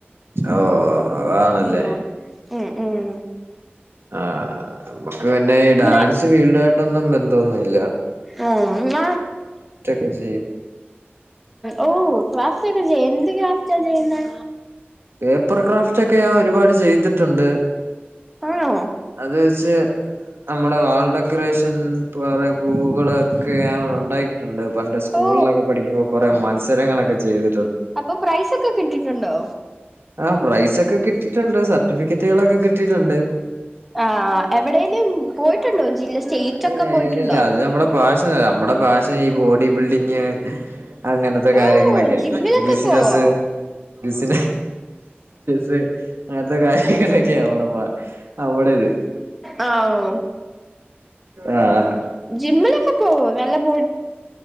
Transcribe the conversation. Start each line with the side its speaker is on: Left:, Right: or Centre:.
Right: ഓ അതാണല്ലേ
Centre: ഉം ഉം ഉം
Right: ആ നമ്മുക്ക് പിന്നെ
Centre: ഇവിടെ
Right: ഡാൻസ് ഫീൽഡ് ആയിട്ടൊന്നും ബന്ധോന്നുല്ല
Centre: ഓ ന്ന
Right: ഒക്കെ ചെയ്യും
Centre: ഓ ക്ലാ അക്കെ ചെയ്യ് എന്ത് ഗാഫ്റ്റാ ചെയ്യുന്നെ
Right: പേപ്പർക്രാഫ്റ്റ് ഒക്കെ ഞാൻ ഒരുപാട് ചെയ്തിട്ടുണ്ട്
Centre: ആണോ
Right: അത് ജ്ജ് നമ്മുടെ വാൾ ഡെക്കറേഷൻ കുറെ പൂകള് ഒക്കെ ഞാൻ ഉണ്ടാക്കിട്ടുണ്ട് പണ്ട് സ്കൂളിലൊക്കെ
Centre: ഓ
Right: പഠിക്കുമ്പോൾ കുറെ മത്സരങ്ങളൊക്കെ ചെയ്ത്
Centre: അപ്പൊ പ്രൈസ് ഒക്കെ കിട്ടീട്ടുണ്ടോ
Right: ആഹ് പ്രൈസ് ഒക്കെ കിട്ടി ട്ടിട്ടുണ്ട് സർട്ടിഫിക്കറ്റുകളൊക്കെ കിട്ടീട്ടുണ്ട്
Centre: ആഹ് എവിടേലും പോയിട്ടുണ്ടോ ജില്ല സ്റ്റേറ്റ്
Right: ഏ
Centre: ഒക്കെ പോയിട്ടുണ്ടോ
Right: ഇല്ലില്ല അത് നമ്മുടെ പാഷനല്ല നമ്മുടെ പാഷൻ ഈ ബോഡി ബിൽഡിങ് അങ്ങനത്തെ
Centre: ഓ
Right: കാര്യങ്ങളൊക്കെയാ
Centre: ജിമ്മിലൊക്കെ
Right: ബിസിനസ്
Centre: പോവോ
Right: ബിസിന സ് അങ്ങനത്തെ കാര്യങ്ങളൊക്കെയാ അവിടെ പാ നമ്മടെ ഇത്
Centre: ആ ആ
Right: ആഹ്
Centre: ജിമ്മിലൊക്കെ പ്പോവോ നല്ല ബോ